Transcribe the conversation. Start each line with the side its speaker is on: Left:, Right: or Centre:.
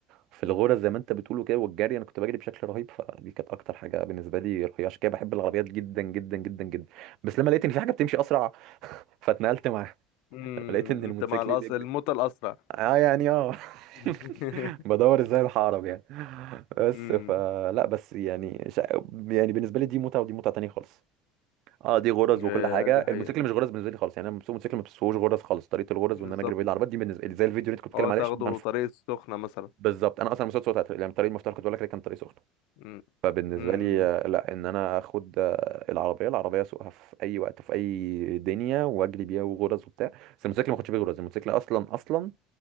Right: في الغرز زي ما انت بتقوله كده والجري انا كنت بجري بشكل رهيب فدي كانت اكتر حاجه بالنسبه لي رهيبه عشان كده بحب العربيات جدا جدا جدا جدا بس لما لقيت ان في حاجه بتمشي اسرع <laughs> فاتنقلت معاها
Left: امم
Right: لما لقيت ان الموتوسيكل
Left: انت مع الأس...
Right: بيجري
Left: الموتى الأسرع
Right: اه يعني اه
Left: <laughs>
Right: <laughs> بدور ازاي اروح اهرب يعني بس
Left: امم
Right: فلا بس يعني شا... يعني بالنسبه لي دي متعه ودي متعه تانية خالص اه دي غرز
Left: إيه،
Right: وكل حاجه
Left: دي حقيقة
Right: الموتوسيكل مش غرز بالنسبه لي خالص يعني انا بسوق موتوسيكل ما بسوقش غرز خالص طريقه الغرز
Left: بالظبط
Right: وان انا اجري بعيد عن العربيات دي بالنسبه لي زي الفيديو اللي انت كنت بتتكلم
Left: اه تاخده
Right: عليه عشان عارفه
Left: طريق السخنة مثلا
Right: بالظبط انا اصلا مسوق صوت يعني طريق المفتاح كنت بقول لك كان طريق سخن
Left: امم
Right: فبالنسبة
Left: أمم.
Right: لي آه، لا ان انا اخد آه، العربية العربية اسوقها في اي وقت في اي دنيا واجري بيها وغرز وبتاع بس الموتوسيكل ما اخدش بيه غرز الموتوسيكل اصلا اصلا